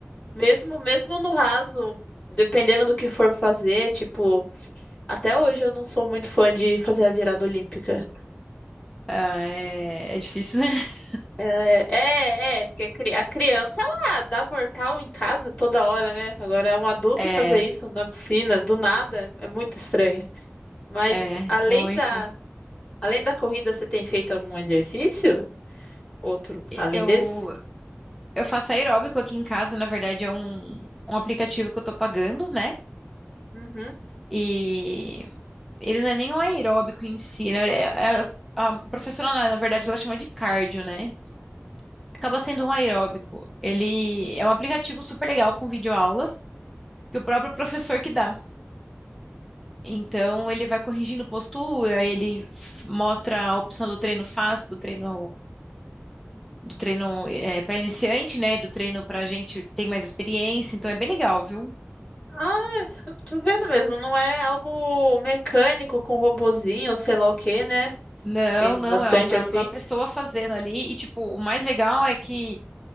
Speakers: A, on the left (about 35°); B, in the centre.
A: Mesmo, mesmo no raso, dependendo do que for fazer, tipo, até hoje eu não sou muito fã de fazer a virada olímpica.
B: Ah, é, é difícil, né? <laughs>
A: É, é, é, porque a cri- a criança, ela dá mortal em casa toda hora, né? Agora, um adulto
B: É,
A: fazer isso na piscina, do nada, é muito estranho. Mas
B: é,
A: além
B: muito.
A: da, além da corrida, você tem feito algum exercício? Outro, além
B: Eu,
A: desse?
B: eu faço aeróbico aqui em casa, na verdade é um, um aplicativo que eu tô pagando, né?
A: Uhum.
B: E ele não é nem um aeróbico em si, ele é- é- é, a professora, na, na verdade, ela chama de cardio, né? Acaba sendo um aeróbico. Ele é um aplicativo super legal com videoaulas que o próprio professor que dá. Então ele vai corrigindo postura, ele f- mostra a opção do treino fácil, do treino do treino para iniciante, né? Do treino para gente que tem mais experiência. Então é bem legal, viu?
A: Ah, eu tô vendo mesmo, não é algo mecânico com robozinho, ou sei lá o que, né?
B: Não,
A: Que tem
B: não,
A: bastante
B: é uma, pra-
A: assim.
B: uma pessoa fazendo ali, e tipo, o mais legal é que